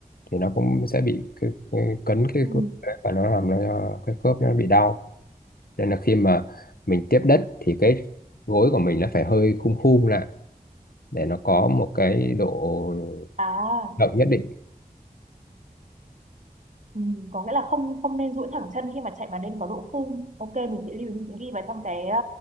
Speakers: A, on the left; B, on the right.
A: thì nó cũng sẽ bị cái, cái, cấn cái
B: Ừ.
A: khớp đấy, và nó làm nó cái khớp nó bị đau nên là khi mà mình tiếp đất thì cái gối của mình nó phải hơi khum khum lại để nó có một cái độ
B: à
A: động nhất định
B: ừ. có nghĩa là không không nên duỗi thẳng chân khi mà chạy mà nên có độ phung ok mình sẽ lưu ý, mình sẽ ghi vào trong cái ờ,